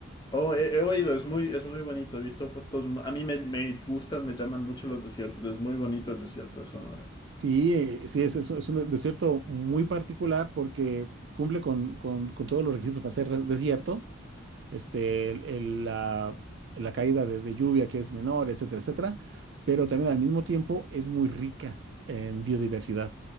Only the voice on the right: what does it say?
Sí, eh, sí, es, es un es un desierto muy particular porque cumple con, con- con todos los requisitos para ser re- desierto, este, el- el- la, la caída de, de lluvia que es menor, etcétera, etcétera, pero también al mismo tiempo es muy rica en biodiversidad,